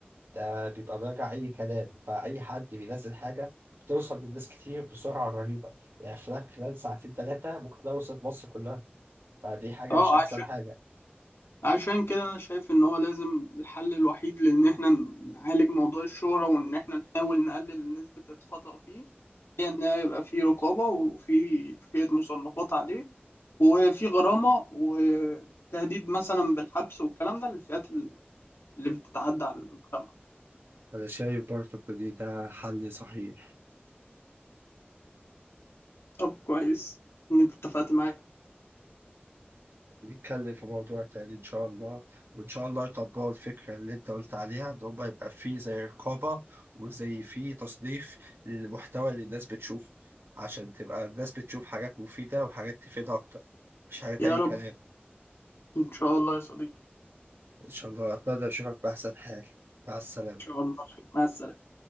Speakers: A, on the right; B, on the left.
A: ده بيبقى مراجع اي كلام فاي حد بينزل حاجه بتوصل للناس كتير بسرعه رهيبه يعني خلال خلال ساعتين ثلاثه ممكن توصل مصر كلها فدي حاجه
B: اه
A: مش احسن حاجه
B: عشان كده انا شايف ان هو لازم الحل الوحيد لان احنا نعالج موضوع الشهرة وان احنا نحاول نقلل نسبة الخطأ فيه هي ان يبقى في رقابة وفي كفاية مصنفات عليه وفي غرامة وتهديد مثلا بالحبس والكلام ده للفئات اللي بتتعدى على المجتمع
A: أنا شايف برضه إن ده حل صحيح،
B: طب كويس ان انت اتفقت معايا
A: نتكلم في موضوع تاني إن شاء الله، وإن شاء الله يطبقوا الفكرة اللي أنت قلت عليها إن هما يبقى فيه زي رقابة وزي فيه تصنيف للمحتوى اللي الناس بتشوفه، عشان تبقى الناس بتشوف حاجات مفيدة وحاجات تفيدها أكتر، مش حاجات
B: يا
A: أي
B: رب
A: كلام،
B: ان شاء الله يا صديقي
A: إن شاء الله أتمنى أشوفك بأحسن حال، مع السلامة.
B: ان شاء الله مع السلامة